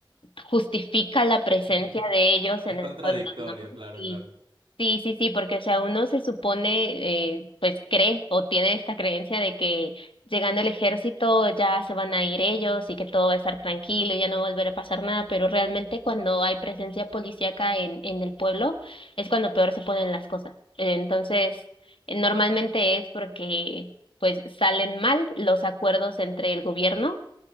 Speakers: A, on the left; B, on the right.
A: justifica la presencia
B: <laughs>
A: de ellos
B: Es
A: en
B: contradictorio,
A: el pueblo, ¿no?
B: claro,
A: Sí.
B: claro.
A: Sí, sí, sí, porque o sea, uno se supone, eh, pues cree o tiene esta creencia de que llegando el ejército ya se van a ir ellos y que todo va a estar tranquilo y ya no va a volver a pasar nada, pero realmente cuando hay presencia policíaca en, en el pueblo es cuando peor se ponen las cosas. Eh, Entonces, eh, normalmente es porque pues salen mal los acuerdos entre el gobierno,